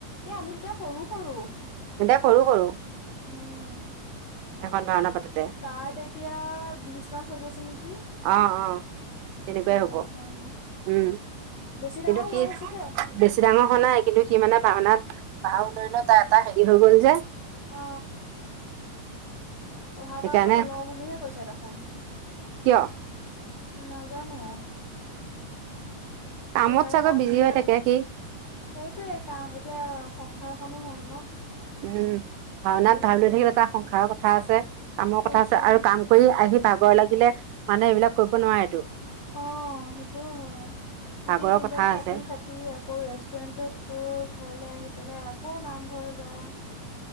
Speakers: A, on the left (about 50°); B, on the right (about 85°).
A: এ আমি তেতিয়া সৰু-সৰু
B: সৰু-সৰু
A: উম
B: সেইখন ভাওনা পাতে
A: তাৰ তেতিয়া বিশ মান চলি আছিল নেকি
B: অ-অ তেনেকুৱাই
A: বিশ ঊনৈশ
B: হব
A: মান
B: উম
A: বেছি
B: কিন্তু
A: ডাঙৰ হোৱা
B: সি
A: নাছিলে
B: বেছি ডাঙ ভাওনাই কিন্তু সি মানে ভাওনাত ভাও লৈ-লৈ তাৰ এটা হেৰি হৈ গ'ল যে
A: অ অহাবাৰ
B: সেইকাৰণে
A: পৰা নলও বুলিহে কৈছে দেখোন
B: কিয়
A: নাজানোঁ ।
B: কামত
A: এইবাৰেই
B: চাগৈ
A: লাষ্ট
B: বিজি
A: বোলে
B: হৈ থাকে
A: ।
B: সি
A: সেইটোয়েই কাম ।এতিয়া সংসাৰখনো হ'ল ন'
B: ওঁ । ভাওনাত
A: পোৱালিটো
B: ভাও লৈ
A: হৈছে
B: থাকিলে
A: এতিয়া
B: তা সংসাৰৰ কথা আছে । কামৰ
A: সেইটোয়ে
B: কথা আছে আৰু কাম কৰি আহি ভাগৰ লাগি ছিলে । মানে এইবিলাক কব নোৱাৰেটো
A: অঁ, সেইটো হ'য় । গোটেই
B: ভাগৰৰ
A: দিনদাল
B: কথা
A: খাটি
B: আছে
A: খাটি আকৌ ৰেষ্টুৰেণ্টত গৈ অ ঘৰলে আহি পেলাই আকৌ নামঘৰ যা